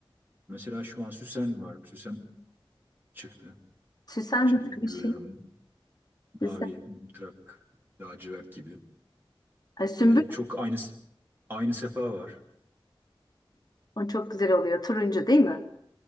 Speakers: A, on the right; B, on the left.
A: Mesela şu an süsen var. Süsen çıktı
B: Süsen
A: bahçede.
B: nasıl
A: Görüyorum
B: bir şey?
A: mavi
B: Süsen.
A: trak, lacivert gibi.
B: Ay, sümbül.
A: E, çok aynı aynı sefa var.
B: O çok güzel oluyor. Turuncu değil mi?